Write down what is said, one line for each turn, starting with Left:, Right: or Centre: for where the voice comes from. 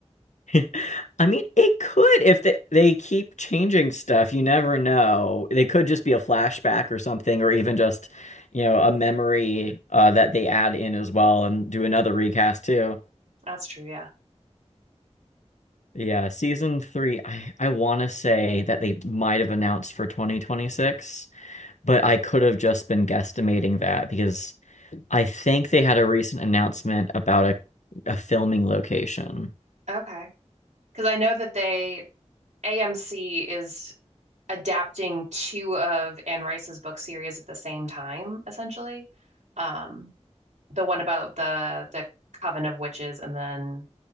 Left: <laughs> I mean, it could if they, they keep changing stuff, you never know. They could just be a flashback or something, or even just, you know, a memory uh, that they add in as well and do another recast too.
Right: that's true, yeah.
Left: Yeah, season three, I, I want to say that they might have announced for 2026, but I could have just been guesstimating that because I think they had a recent announcement about a, a filming location.
Right: Okay. Because I know that they AMC is adapting two of Anne Rice's book series at the same time, essentially. Um, the one about the the Coven of Witches and then